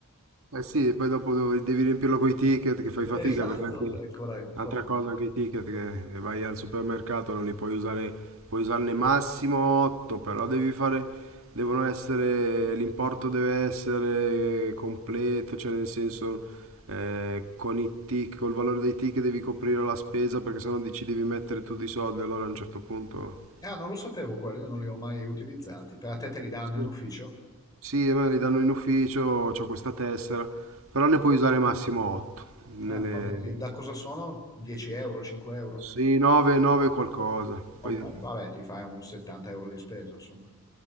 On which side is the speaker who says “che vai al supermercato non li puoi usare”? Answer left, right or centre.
Right